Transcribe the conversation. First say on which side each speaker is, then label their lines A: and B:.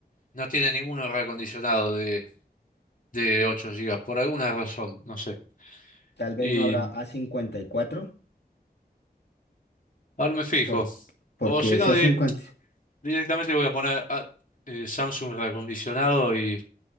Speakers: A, on the left; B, on the left.
A: no tiene ninguno reacondicionado de, de 8 gigas por alguna razón, no sé.
B: Tal vez
A: Y
B: no habrá a cincuenta y cuatro
A: ahora me fijo.
B: por, porque
A: O si
B: ese
A: no,
B: a
A: di-
B: cincuenta
A: directamente voy a poner ah, eh, Samsung reacondicionado y